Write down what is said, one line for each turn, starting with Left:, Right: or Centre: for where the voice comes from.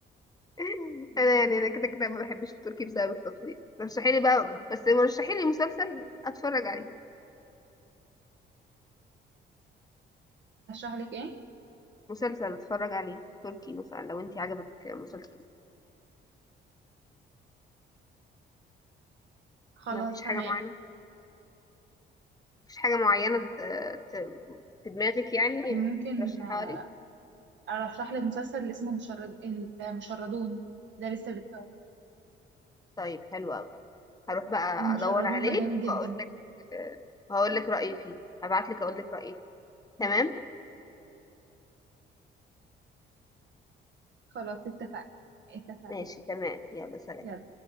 Left: <laughs> انا يعني انا كده كده ما بحبش التركي بسبب التطوير رشحي لي بقى بس رشحي لي مسلسل اتفرج عليه
Right: أرشح لك إيه؟
Left: مسلسل اتفرج عليه تركي مثلا لو انت عجبك مسلسل
Right: خلاص
Left: ما فيش حاجه
Right: تمام
Left: معينه مفيش حاجه معينه ت- ت- في دماغك يعني
Right: ممكن
Left: ترشحها
Right: آه،
Left: لي
Right: أرشح لك مسلسل اللي اسمه مشرد المشردون ده لسه بيتصور
Left: طيب حلو قوي هروح بقى
Right: المشردون
Left: ادور عليه
Right: ده جميل جدا
Left: واقول لك هقول لك رايي فيه هبعت لك اقول لك رايي فيه تمام
Right: خلاص اتفقنا اتفقنا
Left: ماشي تمام يلا سلام
Right: يلا